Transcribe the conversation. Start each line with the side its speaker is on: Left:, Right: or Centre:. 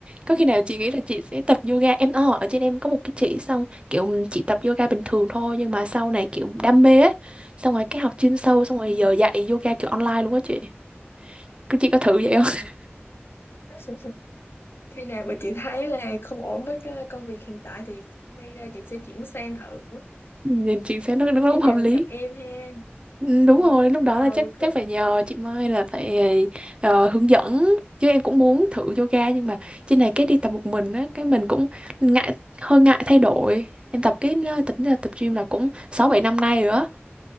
Right: Có khi nào chị nghĩ là chị sẽ tập yoga em ờ ở trên em có một cái chị xong kiểu ừm, chị tập yoga bình thường thôi nhưng mà sau này kiểu đam mê ấy. Xong rồi cái học chuyên sâu xong
Left: Ừ.
Right: rồi giờ dạy yoga kiểu online luôn á chị. Cứ chị có thử vậy không?
Left: Ờ.
Right: <laughs>
Left: <laughs> khi nào mà chị thấy là không ổn với cái công việc hiện tại thì may ra chị sẽ chuyển sang thử
Right: Nhìn chị xem
Left: rồi
Right: nó nó
Left: có khi
Right: cũng
Left: nào
Right: hợp lý.
Left: gặp em ha
Right: Ừ, Đúng
Left: ừ
Right: rồi, lúc đó
Left: có ừ
Right: là chắc chắc
Left: có
Right: phải nhờ chị Mai là phải ờ, hướng dẫn chứ em cũng muốn thử yoga nhưng mà trên này cái đi tập một mình á cái mình cũng ngại hơi ngại thay đổi. Em tập cái ờ, tập tập
Left: ừ.
Right: gym là cũng 6 7 năm nay rồi đó.